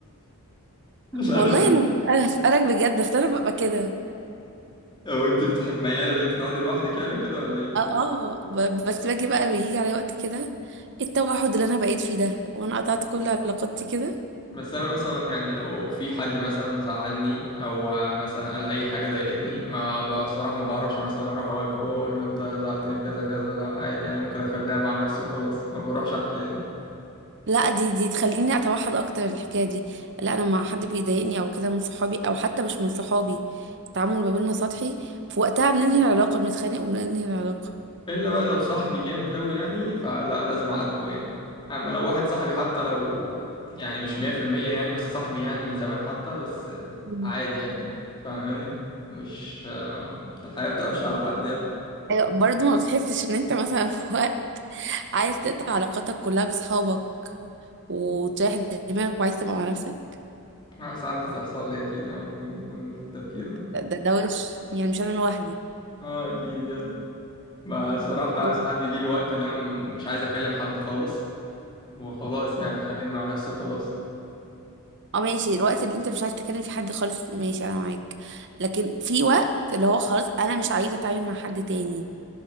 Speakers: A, on the left (about 20°); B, on the right (about 55°).
A: لا
B: والله
A: مش
B: انا انا اسالك بجد بس انا ببقى كده
A: او <laughs> انت بتحب مياله ان انت تقعدي لوحدك يعني وكده ولا ايه
B: اه اه ب- بس باجي بقى بيجي على وقت كده إيه التوحد اللي انا بقيت فيه ده وانا قطعت كل علاقاتي كده
A: بس انا مثلا يعني لو في حد مثلا زعلني او مثلا قال اي حاجه ضايقتني ما بصراحه ما بعرفش مثلا اروح اواجهه واقول له انت زعلتني في كذا كذا لا عادي يعني ممكن اخليها مع نفسي وخلاص ما بروحش احكي يعني
B: لا دي دي تخليني اتوحد اكتر الحكايه دي لا انا مع حد بيضايقني او كده من صحابي او حتى مش من صحابي التعامل ما بيننا سطحي في وقتها بننهي العلاقه بنتخانق وبننهي العلاقه
A: الا بقى لو صاحبي جامد قوي يعني فلا لازم اعاتبه يعني اما لو واحد صاحبي حتى لو يعني مش 100% يعني بس صاحبي يعني من زمان حتى بس
B: مم.
A: عادي يعني فاهماني مش الحياه بتقفش على حد يعني
B: ايوه برضه ما بتحسش ان انت مثلا في وقت عايز تقطع علاقاتك كلها بصحابك وتريح دماغك وعايز تبقى مع نفسك
A: آه، ساعات بتحصل لي اكيد يعني بيكون التفكير ده
B: ده ده وش يعني مش انا لوحدي
A: اه اكيد يعني ما صراحة
B: و-
A: ساعات بيجي لي وقت اللي انا م- مش عايز اكلم حد خالص وخلاص يعني خليني مع نفسي وخلاص
B: اه ماشي الوقت اللي انت مش عايز تكلم فيه حد خالص ماشي انا معاك لكن في وقت اللي هو خلاص انا مش عايزه اتعامل مع حد تاني